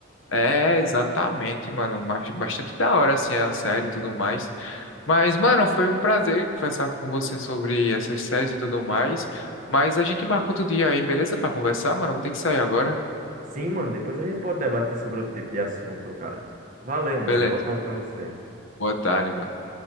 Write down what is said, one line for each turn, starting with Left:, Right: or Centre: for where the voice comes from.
Left: É, exatamente, mano. Mas bastante da hora, assim, a série e tudo mais. Mas, mano, foi um prazer conversar com você sobre essas séries e tudo mais. Mas a gente marca outro dia aí, beleza? Pra conversar, mano. Vou ter que sair agora.
Right: Sim, mano, depois a gente pode debater sobre outro tipo de assunto, cara. Valeu, mano.
Left: Beleza.
Right: Boa tarde pra você.
Left: Boa tarde, mano.